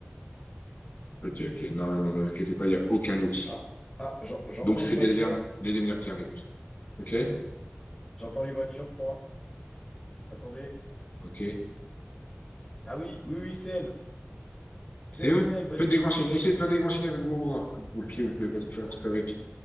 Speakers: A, on the left; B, on the left.
A: Ok, ok. Non, non, non, ne vous inquiétez pas, il n'y a aucun ours.
B: Ah, ah, j'en- j'entends
A: Donc, c'est
B: les voitures.
A: bien et bien les démineurs qui arrivent. Ok?
B: J'entends les voitures, je crois. Attendez.
A: Ok.
B: Ah oui, oui, oui, c'est elle. C'est
A: C'est
B: elle,
A: eux?
B: c'est elle. Ben,
A: Faites
B: je-
A: des grands signes.
B: je-
A: Essayez de faire des grands signes avec vos bras. Vos pieds, vous ne pouvez pas faire un truc avec.